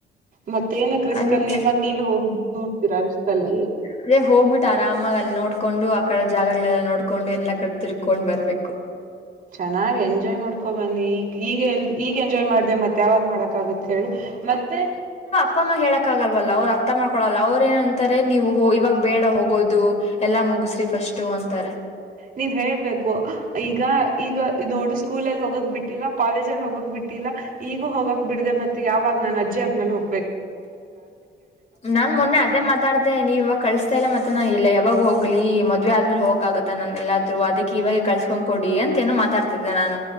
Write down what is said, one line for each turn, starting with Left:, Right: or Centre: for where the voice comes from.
Right: ಮತ್ತ ಏನ ಕ್ರಿಸ್ಕಲ್
Left: ಅದಕ್ಕೆ
Right: ನೀವ ನೀವೇ ಹೋಗ ೂಡ್ತೀರಾ ಕಿಸ್ಕಲ್.
Left: ಅದೇ ಹೋಗ್ಬಿಟ್ಟು ಆರಾಮಾಗಿ ಅಲ್ಲಿ ನೋಡ್ಕೊಂಡು ಆ ಕಡೆ ಜಾಗಗಳೆಲ್ಲ ನೋಡ್ಕೊಂಡು ಎಲ್ಲಾ ಕಡೆ ತಿರ್ಕೊಂಡ್ ಬರ್ಬೇಕು
Right: ಚೆನ್ನಾಗಿ ಎಂಜಾಯ್ ಮಾಡ್ಕೊ ಬನ್ನಿ ಈಗ ಈಗ ಎಲ್ ಈಗ ಎಂಜಾಯ್ ಮಾಡ್ದ ಮತ್ತೆ ಮತ್ ಯಾವಾಗ್ ಮಾಡಕ ಆಗುತ್ತೆ ಹೇಳು ಮತ್ತೆ
Left: ಅಪ್ಪಮ್ಮ ಹೇಳಕ್ ಆಲ್ವಲ್ಲ ಅವ್ರ ಅರ್ಥ ಮಾಡ್ಕೊಳಲ್ಲ ಅವ್ರ ಏನಂತಾರೆ ನೀವು ಇವಾಗ ಬೇಡ ಹೋಗೋದು ಎಲ್ಲಾ ಮುಗಸ್ರಿ ಫಸ್ಟು ಅಂತಾರೆ
Right: ನೀವ್ ಹೇಳ್ಬೇಕು ಈಗ ಈಗ ನೋಡು ಸ್ಕೂಲ್ನಲ್ಲಿ ಹೋಗಕ್ ಬಿಟ್ಟಿಲ್ಲ ಕಾಲೇಜ ಅಲ್ಲಿ ಹೋಗಕ್ ಬಿಟ್ಟಿಲ್ಲ ಈಗೂ ಹೋಗಕ್ ಬಿಡಿದೆ ಮತ್ತೆ ಯಾವಾಗ ನಾ ಅಜ್ಜ ಆದ್ಮೇಲೆ ಹೋಗಿ
Left: ನನ್ ಮೊನ್ನೆ ಅದೇ ಮತ್ತ- ಮಾತಾಡ್ದದೆ ನೀವ ಇವಾಗ ಕಳಿಸತ ಇಲ್ಲ ಮತ್ತಾನ ಇಲ್ಲ ಯಾವಾಗೋಗ್ಲಿ ಮದ್ವೆ ಆದ್ಮೇಲೆ ಹೋಗಕಕ್ಗುತ್ತ ನನ್ ಎಲ್ಲಾದ್ರು ಅದಕ್ಕೆ ಇವಾಗ ಕಳ್ಸ್ಕೊಂಡ್ ಕೊಡಿ ಅಂತ ಏನು ಮಾತಾಡ್ತಿದ್ದೆ ನಾನು